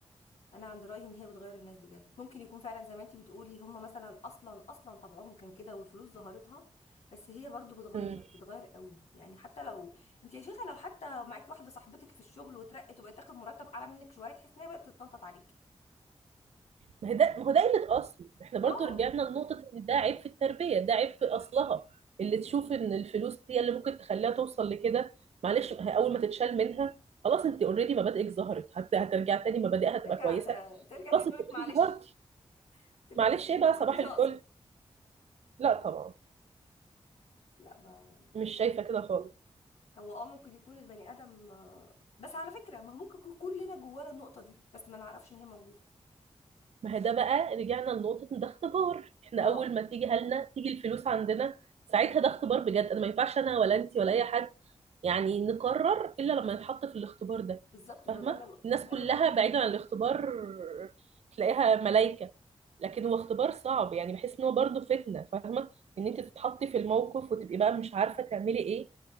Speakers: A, on the left (about 80°); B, on the right (about 70°).
A: انا عند رايي ان هي بتغير الناس بجد ممكن يكون فعلا زي ما انتي بتقولي هم مثلا اصلا اصلا طبعهم كان كده والفلوس ظهرتها بس هي برضو بتغير
B: مم.
A: بتغير قوي يعني حتى لو انتي يا شيخه لو حتى معاكي واحده صاحبتك في الشغل واترقت وبقت تاخد مرتب اعلى منك شويه تحس انها بقت تتنطط عليكي
B: ما هي ده ما هو ده قلة أصل احنا برضو
A: اه
B: رجعنا لنقطة ان ده عيب في التربية ده عيب في أصلها اللي تشوف ان الفلوس هي اللي ممكن تخليها توصل لكده معلش ما هي أول ما تتشال منها خلاص انت اوريدي مبادئك ظهرت هت... هترجع تاني مبادئها
A: هترجع
B: هتبقى كويسة
A: ت... ترجع تاني
B: خلاص
A: تقولك
B: انت اوريدي
A: معلش
B: ظهرتي
A: ترجع
B: معلش
A: تقولك ده
B: ايه
A: انا
B: بقى
A: ما كنتش
B: صباح الفل
A: اقصد
B: لا طبعا
A: لا ما
B: مش
A: مش عارفه
B: شايفة كده خالص
A: هو اه ممكن يكون البني ادم آه، بس على فكره ما هو ممكن يكون كلنا جوانا النقطه دي بس ما نعرفش ان هي موجوده
B: ما هي ده بقى رجعنا لنقطة إن ده اختبار احنا
A: اه
B: أول ما تيجي هلنا تيجي الفلوس عندنا ساعتها ده اختبار بجد أنا ما ينفعش أنا ولا أنت ولا أي حد يعني نقرر إلا لما نتحط في الاختبار ده
A: بالظبط ما
B: فاهمة
A: ده اللي ب...
B: الناس
A: ده اللي
B: كلها
A: بقوله
B: بعيدا عن الاختبار تلاقيها ملايكة لكن هو اختبار صعب يعني بحس إن هو برضه فتنة فاهمة إن أنت تتحطي في الموقف وتبقي بقى مش عارفة تعملي إيه